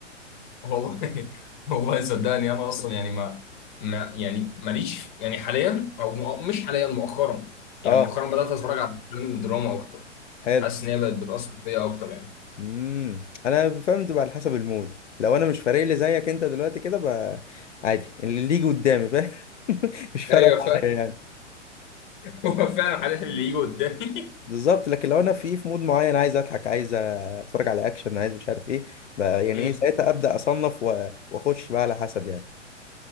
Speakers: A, on the left (about 40°); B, on the left (about 70°).
A: والله <laughs> والله صدقني أنا أصلا يعني ما ما يعني ماليش يعني حاليا أو م- مش حاليا مؤخرا يعني
B: اه
A: مؤخرا بدأت أتفرج على الأفلام الدراما أكتر
B: حلو
A: حاسس إن هي بقت بتأثر فيا أكتر يعني
B: امم انا فهمت بقى على حسب المود لو انا مش فارق لي زيك انت دلوقتي كده بقى عادي اللي يجي قدامي فاهم <laughs> مش فارقة
A: ايوه
B: معايا يعني
A: <laughs> هو فعلا هنحل اللي يجي قدامي
B: بالظبط لكن لو انا في في مود معين عايز اضحك عايز اتفرج على اكشن عايز مش عارف ايه بقى يعني
A: امم
B: ايه ساعتها ابدا اصنف و- واخش بقى على حسب يعني